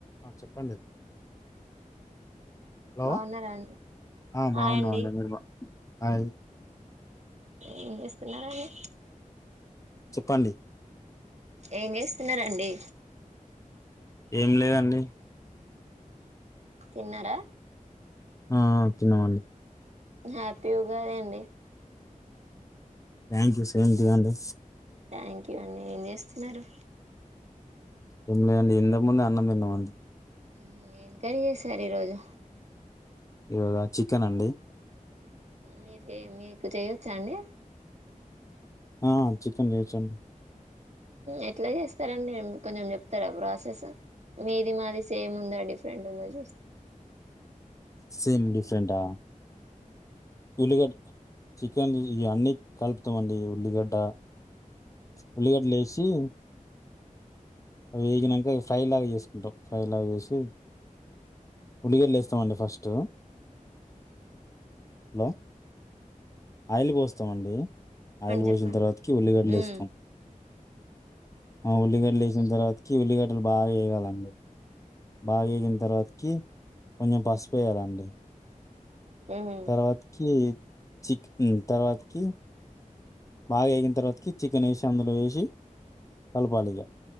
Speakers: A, on the left (about 25°); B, on the right (about 55°).
A: ఆ చెప్పండి హలో
B: బాగున్నారా అండి
A: ఆ
B: హాయ్
A: బాగున్నామండి
B: అండి
A: మీరుా బా హాయ్
B: ఏం చేస్తున్నారా అడి
A: చెప్పండి
B: ఏం చేస్తున్నండి
A: ఏం లేదండి
B: తిన్నరా
A: ఆ తిన్నమండి
B: హ్యాపీ ఉగాదండి
A: thank you same to you అండి
B: థ్యాంక్ యూ అండి ఏం చేస్తున్నరు
A: ఏం లేదండి ఇంతక ముందే అన్నం తిన్నమం
B: హ్మ్మ్ ఏం కర్రీ చేసారీరోజు
A: ఇవాళ చికెన్ అండి
B: మీరు మీకు చేయొచ్చ అండి
A: ఆ చికెన్ చేసన్
B: ఎట్లా చేస్తారంండి కొంచెం చెప్తారా బ ఆసెస్ మీది మాది సేమ్ ఉందా డిఫరెంట్ ఉందా చూస్తే
A: సేమ్ డిఫరెంటా ఉల్లిగడ్డ చికెన్ ఇ అన్నీ కలుపుతామండి. ఉల్లిగడ్డ ఉల్లిగడ్డలేసి ఈ అవి వేగినక ఫ్రై లాగా చేసుకుంటాం. ఫ్రై లాగా చేేసి ఉల్లిగడ్లేస్తామండి ఫస్ట్ హలో ఆయిల్ పోస్తామండి ఆయిల్
B: చెప్పండి
A: బోసిన
B: చెప్పండి
A: తర్వాతకి ఉల్లిగడ్లెస్తాం.
B: మ్మ్
A: ఆ ఉల్లిగడ్లెసిన తర్వాతకి, ఉల్లిగడ్డలు బాగా వేగాలండి. బాగేగిన తర్వాతకి కొంచెం పసుపెయ్యాలండి.
B: మ్మ్ మ్మ్
A: తర్వాతకి చిక్ తర్వాతకి బాగేగిన తర్వాతకి చికెనేసి అందులో వేసి కలపాలిగ.